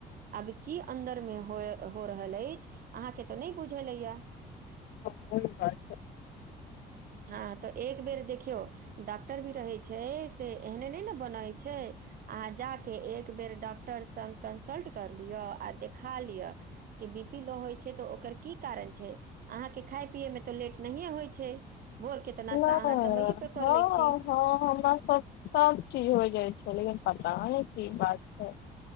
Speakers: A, on the right; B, on the left.
A: आब की अन्दर मे हो हो रहल अछि अहाँ के तऽ नहि बुझल अइया
B: हँ
A: हँ तऽ एक बेर देखियौ डाक्टर भी रहै छै से एहने नय ने बनै छै अहाँ जा कऽ एक बेर डॉक्टर संग कंसल्ट कर लिअ आ देखा लिअ के बी पी लो होय छै तो ओकर की कारण छै अहां के खाय पिये मे तो लेट नये होय छै ठिक भोर के तऽ
B: हँ
A: नास्ता अहाँ समय पे कर लै छी
B: हँ हमरा सब सब चीज हो जाइ छलै लेकिन पता नय की बात छै